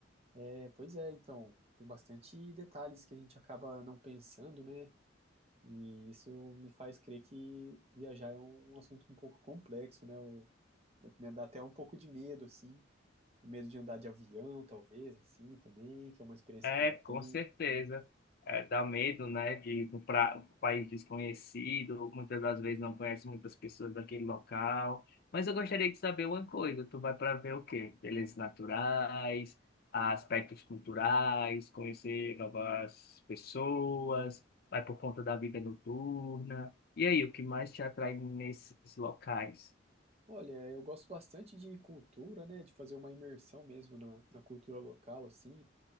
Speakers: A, on the right; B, on the left.
A: É, pois é, então, tem bastante detalhes que a gente acaba não pensando, né? E isso me faz crer que viajar é um, um assunto um pouco complexo, né? Eu- me dá até um pouco de medo, assim, o medo de andar de avião, talvez, assim, também, que é uma experiência
B: É,
A: que eu não
B: com
A: tenho.
B: certeza. É, dá medo, né, de ir para um país desconhecido, muitas das vezes não conhece muitas pessoas daquele local. Mas eu gostaria de saber uma coisa, tu vai para ver o quê? Belezas naturais, aspectos culturais, conhecer novas pessoas, vai por conta da vida noturna. E aí, o que mais te atrai nesses locais?
A: Olha, eu gosto bastante de cultura, né? De fazer uma imersão mesmo na, na cultura local, assim,